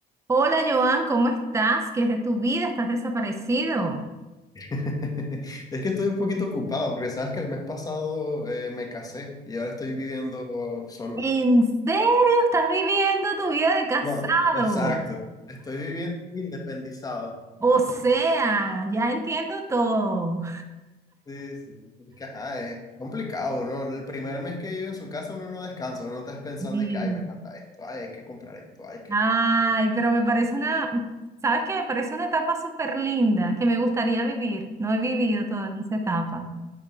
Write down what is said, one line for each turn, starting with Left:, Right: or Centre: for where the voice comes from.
Right: Hola Joan, ¿cómo estás? ¿Qué es de tu vida? ¿Estás desaparecido?
Left: <laughs> Es que estoy un poquito ocupado porque sabes que el mes pasado eh, me casé y ahora estoy viviendo solo.
Right: ¿En serio estás viviendo tu vida de casado?
Left: No, exacto. Estoy viviendo independizado.
Right: O sea, ya entiendo todo.
Left: Sí, sí. Es que, ajá, es complicado, ¿no? El primer mes que vive en su casa uno no descansa, uno está pensando
Right: Sí.
Left: de que, ay, me falta esto, ay, hay que comprar esto, hay que...
Right: Ay, pero me parece una, ¿sabes qué? Me parece una etapa súper linda que me gustaría vivir. No he vivido todavía esa etapa.